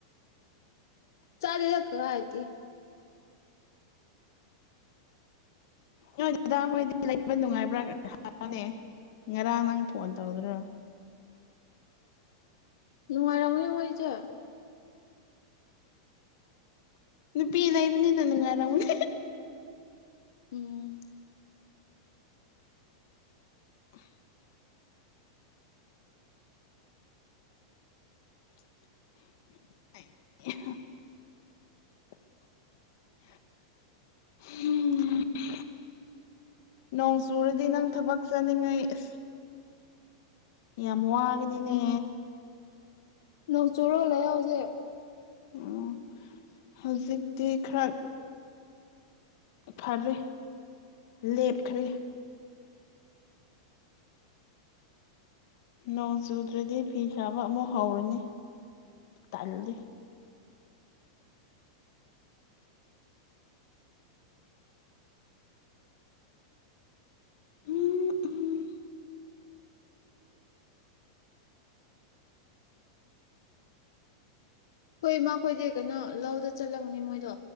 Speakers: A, on the left; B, on the left.
A: ꯆꯥꯂꯤ ꯅꯥꯛꯀ ꯀꯥꯏꯗꯤ
B: ꯅ ꯑꯗꯨꯗꯥ ꯍꯣꯏꯗꯤ ꯂꯩꯕ ꯅꯨꯡꯉꯥꯏꯕ꯭ꯔꯥꯅꯤ ꯉꯔꯥꯡ ꯅꯪ ꯐꯣꯟ ꯇꯧꯗꯣ
A: ꯅꯅꯨꯡꯉꯔꯝ ꯑꯣꯏꯁ
B: ꯅꯨꯄꯤ ꯂꯩꯕꯅꯤꯅ ꯅꯨꯡꯉꯥꯏꯔꯝꯅꯦ
A: ꯎꯝ
B: <inaudible> <unintelligible> ꯎꯝ <unintelligible> ꯅꯣꯡ ꯆꯨꯔꯗꯤ ꯅꯪ ꯊꯕꯛ ꯆꯥꯅꯤꯡꯉꯩ ꯑ ꯌꯥꯝ ꯋꯥꯒꯅꯤꯅꯦ
A: ꯅꯣꯡ ꯆꯨꯔꯣꯜꯂ ꯌꯥꯎꯁꯦ
B: ꯑꯣ ꯍꯧꯖꯤꯛꯇꯤ ꯈꯔ ꯐꯔꯦ ꯂꯦꯞꯈ꯭ꯔꯦ ꯅꯣꯡ ꯆꯨꯗ꯭ꯔꯗꯤ ꯐꯤ ꯁꯥꯕ ꯑꯃꯨꯛ ꯍꯧꯔꯅꯤ ꯇꯜꯂꯤ ꯎꯝ ꯎꯝ
A: ꯍꯈꯣꯏ ꯃꯈꯣꯏꯗꯤ ꯀꯩꯅꯣ ꯂꯧꯗ ꯆꯠꯂꯝꯒꯅꯤ ꯃꯣꯏꯗꯣ